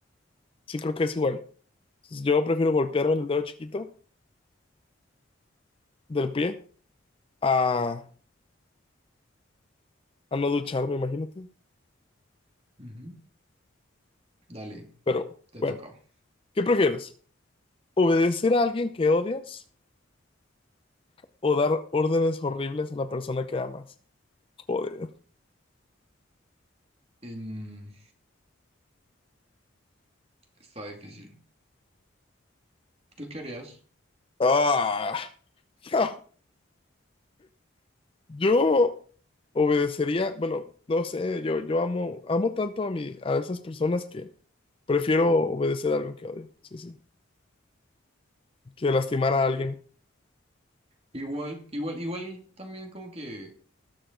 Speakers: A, on the left; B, on the right.
A: Sí, creo que es igual. Entonces, yo prefiero golpearme en el dedo chiquito del pie a, a no ducharme, imagínate.
B: Ujú. Dale,
A: Pero
B: te
A: bueno,
B: toca.
A: ¿qué prefieres? ¿Obedecer a alguien que odias o dar órdenes horribles a la persona que amas? Joder.
B: Em, está difícil. ¿Tú qué harías?
A: Ah, <laughs> yo obedecería, bueno, no sé, yo, yo amo, amo tanto a mi, a esas personas que prefiero obedecer algo que odio, sí, sí, que lastimar
B: Mm,
A: a alguien.
B: Igual, igual, igual también como que